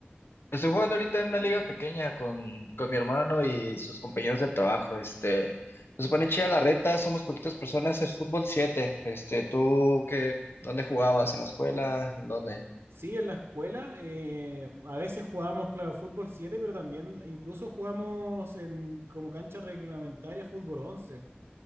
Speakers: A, on the left; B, on the right.
A: Estoy jugando ahorita en una liga pequeña con, con mi hermano y sus compañeros del trabajo. Este, nos ponen chida la reta, somos poquitas personas, es fútbol 7. Este, ¿tú qué, dónde jugabas? ¿En la escuela? ¿En dónde?
B: Sí, en la escuela. eh, a veces jugábamos, claro, fútbol 7, pero también incluso jugamos en como cancha reglamentaria fútbol 11.